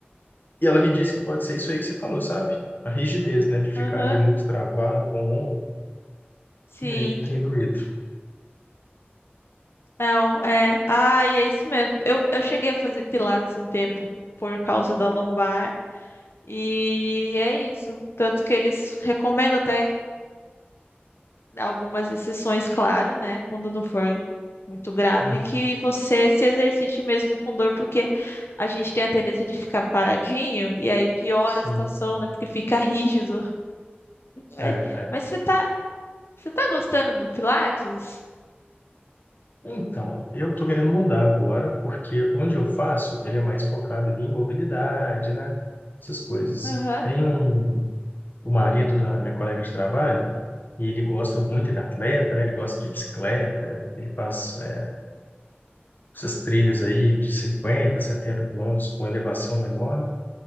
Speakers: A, on the left; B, on the left.
A: E ela me disse que pode ser isso aí que você falou, sabe? A rigidez, né? De ficar
B: Aham.
A: ali muito travado com o ombro,
B: Sim.
A: e aí tem doído.
B: Não, é. Ai, é isso mesmo. Eu, eu cheguei a fazer pilates um tempo por causa da lombar. E é isso. Tanto que eles recomendam até algumas exceções, claro, né? Quando não for muito grave,
A: Uhum.
B: que você se exercite mesmo com dor, porque a gente tem a tendência de ficar paradinho e aí piora
A: Sim.
B: a situação, né? Porque fica rígido.
A: É,
B: Ai,
A: é.
B: Mas você tá, você tá gostando do Pilates?
A: Então, eu tô querendo mudar agora, porque onde eu faço, ele é mais focado ali em mobilidade, né? Essas coisas.
B: Aham.
A: Tem um, o marido da minha colega de trabalho, e ele gosta muito, ele é atleta, né? Ele gosta de bicicleta, ele faz, é, essas trilhas aí de 50, 70 quilômetros com elevação enorme.